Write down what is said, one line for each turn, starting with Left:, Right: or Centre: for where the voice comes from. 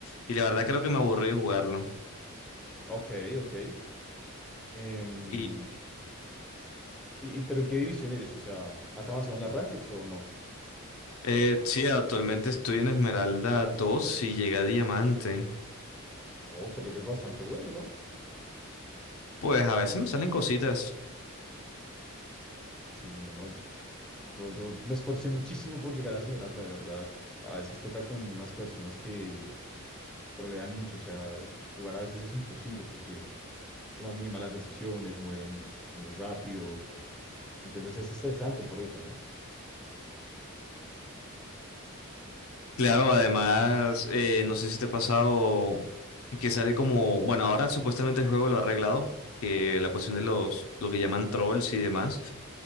Left: y la verdad creo que me aburrí de jugarlo.
Centre: Ok, ok. Em,
Left: Y
Centre: y, y- pero ¿en qué división eres? O sea, ¿has avanzado en las rackets o no?
Left: eh, sí, actualmente estoy en Esmeralda 2 y llegué a Diamante.
Centre: No, pero eres bastante bueno, ¿no?
Left: Pues a veces me salen cositas.
Centre: Sí, no, no, yo, yo, yo me esforcé muchísimo por llegar a Esmeralda, de verdad. A veces toca con unas personas que trolean mucho, o sea, jugar a veces es imposible porque toman muy malas decisiones, mueren muy rápido, entonces es estresante por eso, ¿no?
Left: Claro, además, eh, no sé si te ha pasado que sale como, bueno, ahora supuestamente el juego lo ha arreglado, que la cuestión de los, lo que llaman trolls y demás,